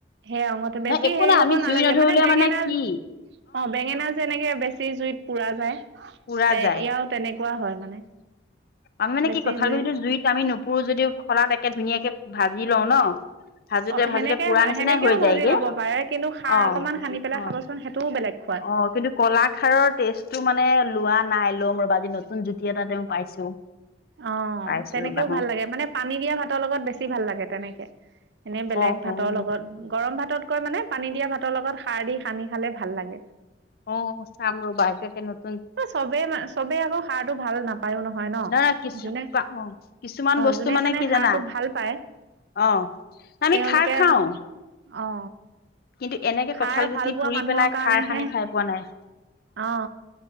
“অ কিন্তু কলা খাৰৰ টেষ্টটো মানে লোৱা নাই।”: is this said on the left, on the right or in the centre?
Left